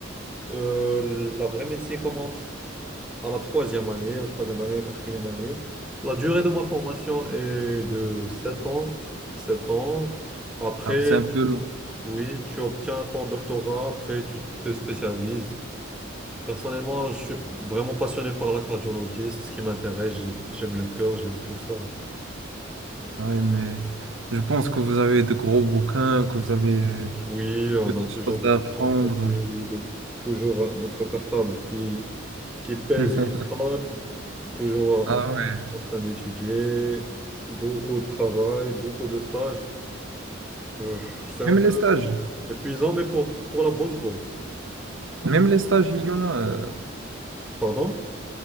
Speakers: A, in the centre; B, on the right.
A: Euh, la vraie médecine commence à la troisième année, la troisième année, la quatrième année. La durée de ma formation est de sept ans, sept ans. Après,
B: Alors c'est un peu long.
A: oui, tu obtiens ton doctorat, après tu te spécialises. Personnellement, je suis vraiment passionné par la cardiologie, c'est ce qui m'intéresse. J'ai- J'aime le cœur, j'aime tout ça.
B: Ouais, mais je pense que vous avez de gros bouquins, que vous avez euh,
A: Oui,
B: beaucoup
A: on
B: de
A: a toujours
B: choses
A: de
B: à
A: gros
B: apprendre.
A: polycopiés, oui, de- toujours euh, notre cartable qui, qui pèse
B: <laughs>
A: une tonne, toujours
B: Ah
A: euh, en,
B: ouais.
A: en train d'étudier, beaucoup de travail, beaucoup de stages. Euh, c'est
B: Même
A: un peu
B: les stages.
A: épuisant, mais pour, pour la bonne cause.
B: Même les stages, il y en a.
A: Pardon?